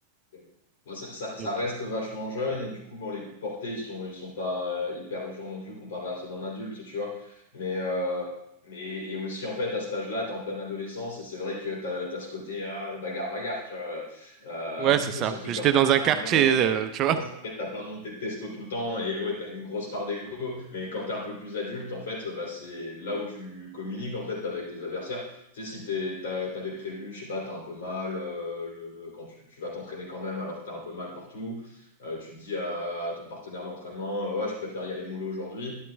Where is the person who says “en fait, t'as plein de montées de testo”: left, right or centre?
Left